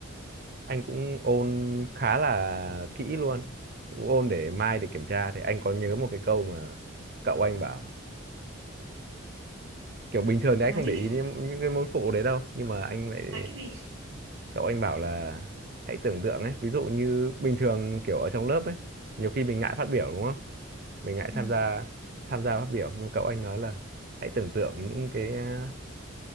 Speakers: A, on the right; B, on the right.
A: anh cũng ôn khá là kỹ luôn cũng ôn để mai để kiểm tra thì anh có nhớ một cái câu mà cậu anh bảo kiểu bình thường thì anh
B: nói
A: không
B: gì
A: để
B: <laughs>
A: ý đến những cái môn phụ đấy đâu nhưng mà anh lại
B: nói cái gì
A: cậu anh bảo là hãy tưởng tượng ấy ví dụ như bình thường kiểu ở trong lớp ấy nhiều khi mình ngại phát biểu đúng không mình ngại
B: ừ.
A: tham gia tham gia phát biểu nhưng cậu anh nói là hãy tưởng tượng những cái à,